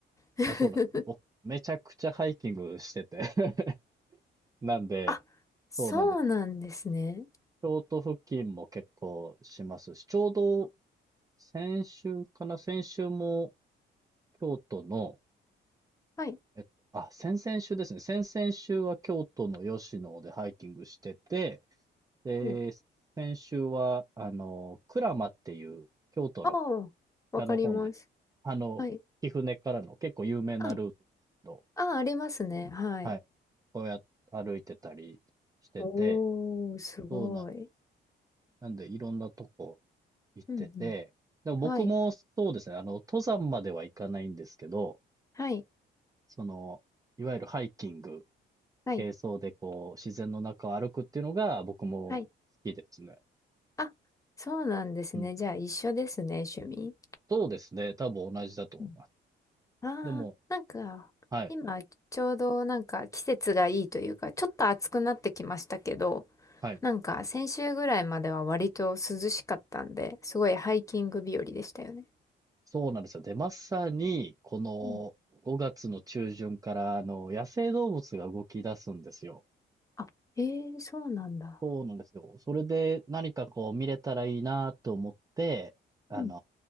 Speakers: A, on the left; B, on the right.
A: <laughs>
B: あ、そうなんです。僕、めちゃくちゃハイキングしてて <laughs> なんで、
A: あ、そうなんですね。
B: そうなんです。京都付近も結構しますし、ちょうど先週かな先週も京都の
A: はい。
B: えっと、あ、先々週ですね。先々週は京都の吉野でハイキングしてて、で、
A: お
B: 先週は、あの、鞍馬っていう京都の
A: ああ、わかります。
B: 北の方にある、あの、
A: はい。
B: 貴船からの結構有名なルートですけど、
A: あ、あ、ありますね。はい。
B: はい。そこをや、歩いてたりしてて、
A: おー、すごい。
B: そうなん、なんでいろんなとこ行ってて、
A: うんうん。
B: でも僕もそうですね、
A: はい。
B: あの、登山までは行かないんですけど、
A: はい。
B: その、いわゆるハイキング
A: はい。
B: 軽装でこう、自然の中を歩くっていうのが僕も好きですね。
A: はい。あ、そうなんですね。
B: うん。
A: じゃあ、一緒ですね、趣味。
B: そうですね。多分同じだと思います。
A: うんああ、
B: でも、
A: なんか、
B: はい、
A: 今、ちょうどなんか季節がいいというか、ちょっと暑くなってきましたけど、
B: はい。
A: なんか先週ぐらいまでは割と涼しかったんで、すごいハイキング日和でしたよね。
B: そうなんですよ。で、まさに、この5月の中旬から、
A: うん。
B: あの、野生動物が動き出すんですよ。
A: あ、えー、そうなんだ。
B: そうなんですよ。それで何かこう見れたらいいなと思って、あの、
A: うん。